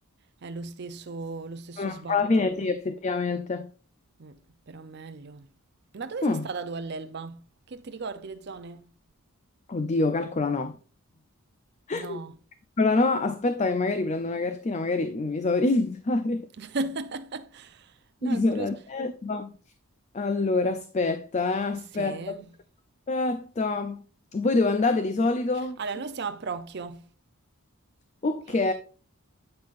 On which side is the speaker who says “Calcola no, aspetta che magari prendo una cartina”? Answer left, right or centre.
Left